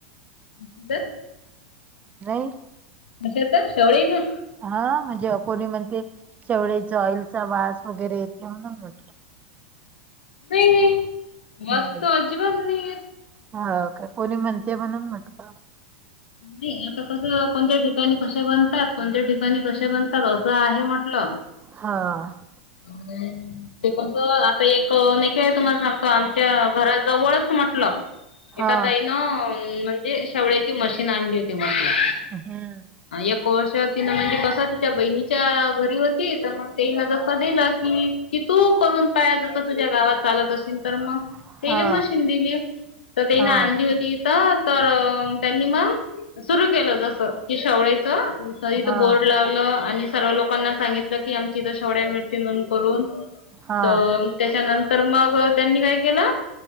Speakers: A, on the left; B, on the right.
A: सांगा
B: नाही
A: कशाचं? शेवळेच?
B: हा, म्हणजे कोणी म्हणते शेवळेचा ऑइलचा वास वगैरे, येते म्हणून
A: नाही नाही वास
B: नाही.
A: तर अजिबात नाही येत
B: हो का, कोणी म्हणते म्हणून म्हटलं.
A: नाही, आता कसं, कोणत्या ठिकाणी कशे बनतात, कोणत्या ठिकाणी कसे बनतात, असं आहे म्हटलं.
B: हा.
A: हम् ते आता एक, ने का तुम्हाला सांगतो, आमच्या घरा जवळच म्हटलं
B: हा
A: एखका ताईन, म्हणजे शेवळ्याची मशीन आणली होती. म्हटलं.
B: हम्.
A: एक वर्ष, तिनं म्हणजे कस, तिच्या बहिणीच्या घरी होती, तर मग तेन जसं दिलं की कि तू करून पाया जस तुझ्या गावात चालत असेल तर मग,
B: हा
A: तेले मशीन दिली. तर तीने
B: हा
A: आणली होती, इथं, तर त्यांनी मग सुरु केलं जस की शेवळायच, इथं
B: हा
A: बोर्ड लावलं आणि सर्व लोकांना सांगितलं की, आमची इथ शेवढ्या मिळतील म्हणून करून
B: हा
A: तर त्याच्यानंतर, मग त्यांनी काय केलं